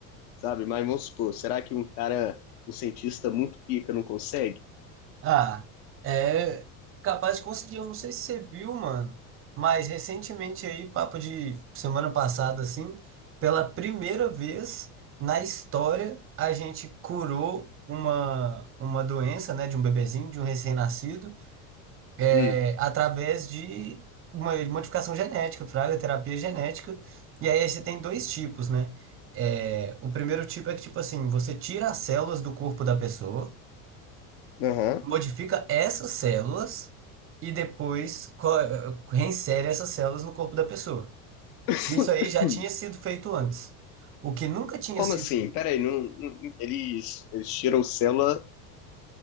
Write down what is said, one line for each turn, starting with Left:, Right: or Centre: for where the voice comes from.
Left: sabe? Mas vamos supor, será que um cara, um cientista muito pica não consegue?
Right: Ah, é capaz de conseguir, eu não sei se você viu, mano, mas recentemente aí, papo de semana passada, assim, pela primeira vez na história, a gente curou uma, uma doença, né, de um bebezinho, de um recém-nascido, é,
Left: Hum.
Right: através de uma modificação genética, fraga, terapia genética. E aí, você tem dois tipos, né? É, o primeiro tipo é que, tipo assim, você tira as células do corpo da pessoa,
Left: Aham.
Right: modifica essas células e depois co- eh, reinsere essas células no corpo da pessoa.
Left: <coughs>
Right: Isso aí já tinha sido feito antes. O que nunca tinha
Left: Como
Right: sido.
Left: assim? Peraí, não, não- eles, eles tiram célula?